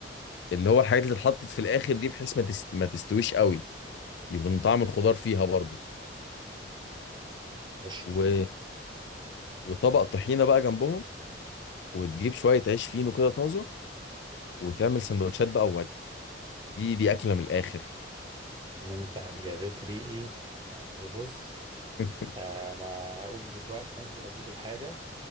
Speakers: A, on the left; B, on the right.
A: اللي هو الحاجات اللي اتحطت في الاخر دي بحيث ما تست... ما تستويش قوي يكون طعم الخضار فيها برضو
B: ماشي
A: و... وطبق طحينه بقى جنبهم وتجيب شويه عيش فينو كده طازه وتعمل سندوتشات بقى وودي دي دي اكله من الاخر
B: ما أنت جريت ريقي يعني بص
A: <laughs>
B: آه، أنا هقوم دلوقتي هنزل أجيب الحاجة